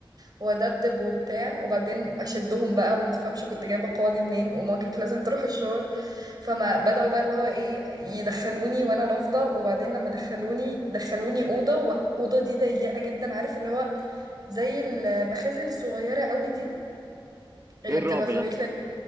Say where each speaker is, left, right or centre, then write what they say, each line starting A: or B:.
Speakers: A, on the right; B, on the right.
A: وأدبدب وبتاع وبعدين أشدهم بقى ومتفهمش كنت جايبة القوة دي منين وما كانت لازم تروح الشغل فما بدأوا بقى اللي هو ايه يدخلوني وانا رافضة وبعدين لما دخلوني دخلوني أوضة وأوضة دي ضيقة جدا عارف اللي هو زي المخازن الصغيرة قوي دي اللي
B: ايه الرعب
A: بتبقى في
B: ده
A: البيوت ل-